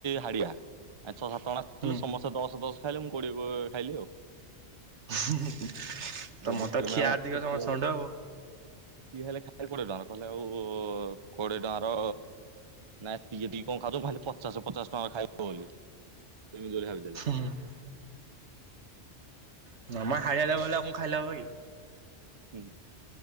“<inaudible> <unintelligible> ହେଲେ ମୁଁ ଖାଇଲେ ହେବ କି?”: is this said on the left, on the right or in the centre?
Right